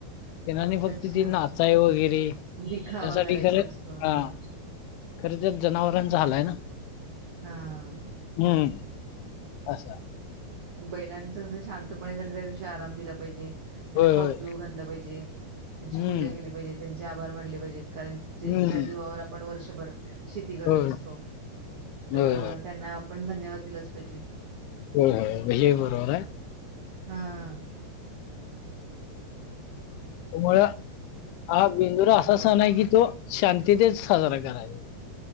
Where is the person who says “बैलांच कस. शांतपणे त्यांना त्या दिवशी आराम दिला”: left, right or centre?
Right